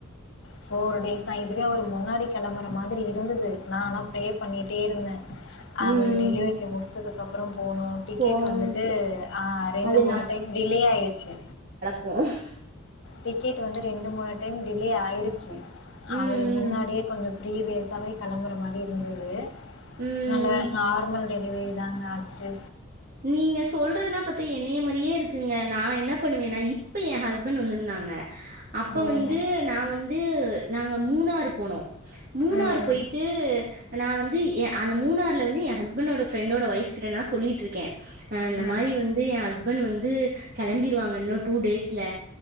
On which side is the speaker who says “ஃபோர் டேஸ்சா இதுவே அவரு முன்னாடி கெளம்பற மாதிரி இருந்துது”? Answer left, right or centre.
Left